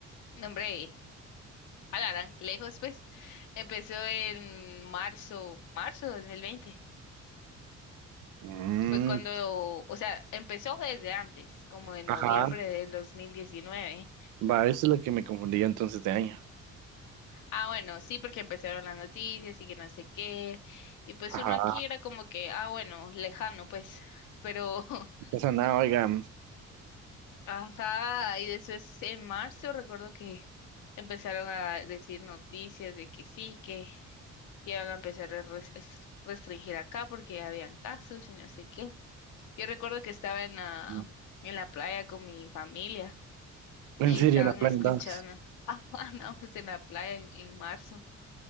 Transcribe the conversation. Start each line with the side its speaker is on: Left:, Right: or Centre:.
Left: No, hombre, alarán, lejos, pues. Empezó en marzo, marzo de dos mil veinte
Right: Mm,
Left: Fue cuando, o sea, empezó desde antes, como en
Right: ajá,
Left: noviembre del dos mil diecinueve
Right: va, eso es lo que me confundía entonces de año.
Left: Ah, bueno, sí, porque empezaron las noticias y que no sé qué. Y pues
Right: Ajá,
Left: uno aquí era como que, ah, bueno, lejano, pues. Pero, <laughs>
Right: no pasa nada, oiga,
Left: ajá, y después en marzo recuerdo que empezaron a decir noticias de que sí, que ya iban a empezar a res- es- restringir acá porque ya habían casos y no sé qué. Yo recuerdo que estaba en la,
Right: mm,
Left: en la playa con mi familia
Right: en
Left: y
Right: serio,
Left: estaban
Right: la plan
Left: escuchando.
Right: dos.
Left: <laughs> Ah, andábamos en la playa en en marzo.